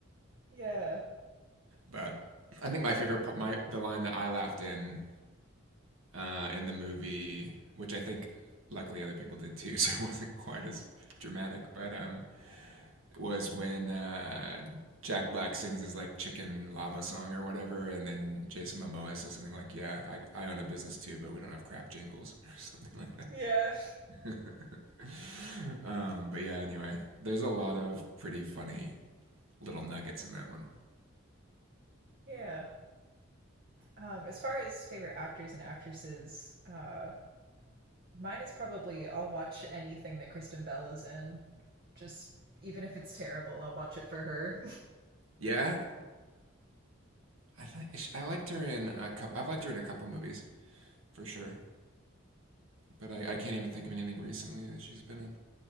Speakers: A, on the right; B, on the right.
A: <laughs> yeah.
B: But I think my favorite part, my the line that I laughed in uh, in the movie, which I think luckily other people did too, <laughs> so it wasn't quite as dramatic. But um, was when uh, Jack Black sings his like chicken lava song or whatever, and then Jason Momoa says something like, "Yeah, I, I own a business too, but we don't have crap jingles <laughs> or something
A: Yeah.
B: like that." <laughs> um, but yeah, anyway, there's a lot of pretty funny little nuggets in that one.
A: Yeah. Um, as far as favorite actors and actresses, uh, mine is probably I'll watch anything that Kristen Bell is in. Just even if it's terrible, I'll watch it for her.
B: Yeah, I like I liked her in a couple. I've liked her in a couple movies for sure, but I, I can't even think of anything recently that she's been in.